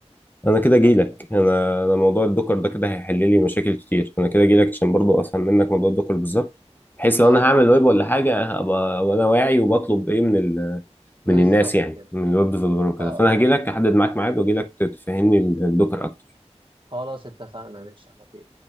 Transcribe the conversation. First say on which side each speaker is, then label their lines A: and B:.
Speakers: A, on the left (about 15°); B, on the right (about 45°).
A: انا كده
B: خل...
A: جايلك انا انا موضوع الدكر ده كده هيحل لي مشاكل كتير انا كده جايلك عشان برضو افهم منك موضوع الدكر بالظبط بحيث
B: اه
A: لو انا هعمل ويب ولا حاجه ابقى وانا واعي وبطلب ايه من ال...
B: بالظبط
A: من الناس يعني
B: كده
A: من الويب ديفلوبر وكده
B: اه
A: فانا
B: اه
A: هجيلك احدد معاك ميعاد واجيلك تفهمني الدكر اكتر
B: خلاص اتفقنا ماشي على خير